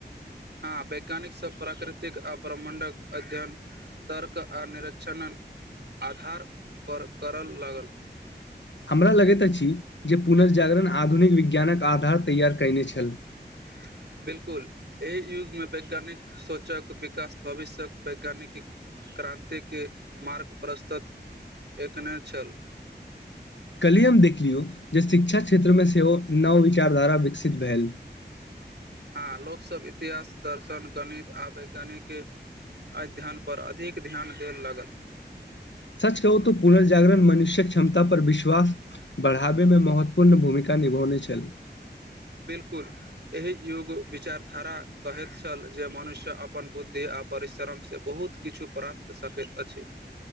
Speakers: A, on the right; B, on the left.
A: हँ वैज्ञानिक सब प्राकृतिक आ प्रमण्डक अध्ययन तर्क आ निरक्षण आधारपर करय लागल
B: हमरा लगैत अछि जे पुनर्जागरण आधुनिक विज्ञानक आधार तैयार कयने छल
A: ह <inaudible> बिलकुल एहि युगमे वैज्ञानिक सोचक विकास भविष्यक वैज्ञानिक क्रान्तिके मार्ग प्रस्तत एकने छल
B: कलहि हम देखलियौ जे शिक्षा क्षेत्रमे सेहो नव विचारधारा विकसित भेल
A: हँ लोकसभ इतिहास दर्शन गणित आ वैज्ञानिकके अध्ययनपर अधिक ध्यान देल लागल
B: सच कहू त पुनर्जागरण मनुष्यक क्षमता पर विश्वास बढ़ावाबे मे महत्वपूर्ण भूमिका निभरने छल
A: बिल्कुल एहि युग विचारधारा कहैत छल जे मनुष्य अपन बुद्धि आ आ परिश्रमसँ बहुत किछु प्राप्त सकैत अछि